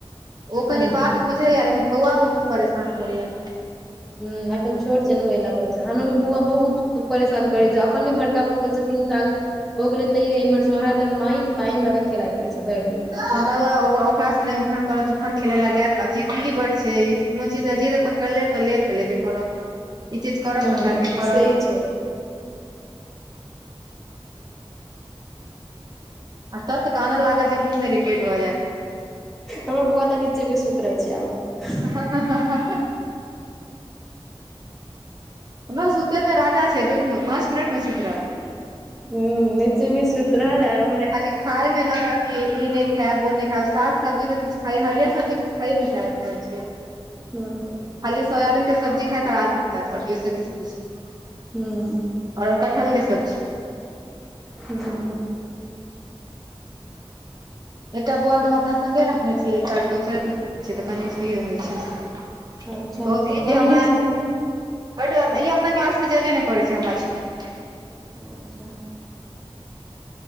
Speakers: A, on the right; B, in the centre.
A: ओ कनि
B: हूँ
A: बात बुझैये लेकिन बौआ बहुत परेशान करैये
B: ह्म अखन छोट छै ने ओहिला परेशान हमरा भी बौआ बहुत परेशान करै छै अखन भी बड़का भऽ गेल छै तीन साल हो गेलै तैयो एमहर हरदम माटि पानि लऽ के खेलाइत रहै छै भरि दिन
A: हमरा ओकरा ओकरा सने उम्हर करत उम्हर खेलै ले जायत आ जिद्दी बड्ड छै कोनो चीज ले जिद्द पकड़ि लेत तऽ लेब तऽ लेबे करत ई चीज करब
B: हूं
A: तऽ करबे करत
B: सही छै
A: आ तत्त कानऽ लागत जे मोन इरिटेट भऽ जायत
B: हमर बौआ तऽ नीचेमे सुति रहै छै आब
A: हँ हँ हँ हमर सुतै मे राजा छै दुनू पाँच मिनट मे सुति रहत
B: ह्म नीचो मे सुति रहल आरो
A: खालि खायमे नौटंकी इनै खायब ओ नहि खायब साग सब्जी तऽ किछु खा हरियर सब्जी किछु खाइए नहि चाहैत रहइ छै
B: हूँ
A: खाली सोयाबीनके सब्जी खायत आओर आलू खायत आओर ओहिसँ बेसी किछु
B: हूं
A: आओर कटहल के सब्जी
B: हू हू
A: एकटा बौआ के हम अपना संगे रखने छियै एकटा के दोसर छै तऽ कनि फ्री रहै छै बहुत
B: अच्छा तऽ
A: इ
B: कनी
A: हमरा
B: नहि छै
A: बड़ इ अपना क्लास मे जेबे नहि करै छै हमरा छोइरक
B: अच्छा